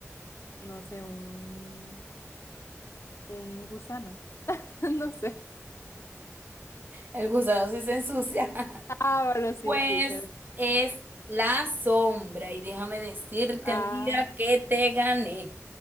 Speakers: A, on the left; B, on the right.
A: no sé, un, un gusano. <laughs> No sé.
B: El gusano sí se ensucia. <laughs>
A: Ah, bueno, sí,
B: Pues
A: sí. tiene-
B: es la sombra. Y déjame decirte,
A: Ah.
B: amiga, que te gané.